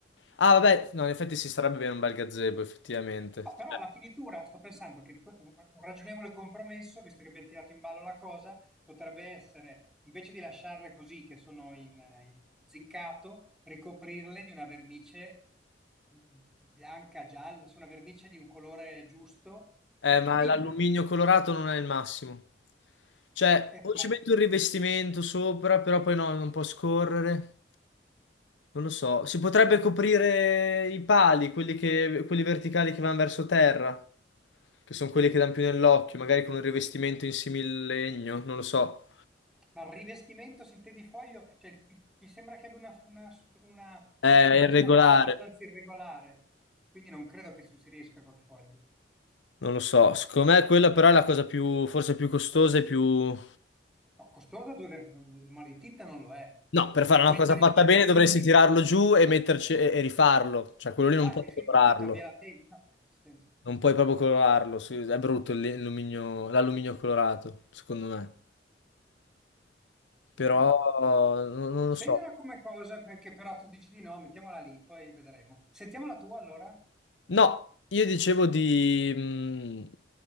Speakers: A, on the left; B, in the centre.
A: Ah, vabbè, no, in effetti si starebbe bene un bel gazebo, effettivamente.
B: No, però la finitura, sto pensando che pu- un, un ragionevole compromesso, visto che abbiamo tirato in ballo la cosa, potrebbe essere, invece di lasciarle così, che sono in, in zincato, ricoprirle di una vernice mh, bianca, gialla, su una vernice di un colore giusto,
A: Eh,
B: cioè
A: ma
B: dipingerlo.
A: l'alluminio colorato non è il massimo. Cioè,
B: Eh,
A: o
B: ma
A: ci metto un rivestimento sopra, però poi no, non può scorrere. Non lo so. Si potrebbe coprire i pali, quelli che- quelli verticali che vanno verso terra, che sono quelli che danno più nell'occhio, magari con un rivestimento in similegno, non lo so.
B: Ma il rivestimento, se intendi foglio, cioè, il- mi sembra che abbia una, una super- una
A: Eh,
B: superficie
A: È irregolare,
B: laterale abbastanza irregolare, quindi non credo che si riesca col foglio.
A: non lo so. Secondo me quella però è la cosa più, forse più costosa e più...
B: No, costosa due ma di tinta non lo è.
A: No, per fare
B: Per
A: una
B: mettere
A: cosa fatta
B: il gazebo,
A: bene dovresti
B: sì,
A: tirarlo
B: per-
A: giù e metterci e, e rifarlo. Cioè, quello lì non
B: ah
A: puoi
B: sì, sì,
A: colorarlo.
B: per buttare via la tenda. Sì, sì.
A: Non puoi proprio colorarlo. su- È brutto il- l'alluminio l'alluminio colorato, secondo me. Però
B: Mm.
A: non, non lo
B: Segnala
A: so.
B: come cosa, perché però tu dici di no, mettiamola lì, poi vedremo. Sentiamo la tua allora?
A: No, io dicevo di... mh,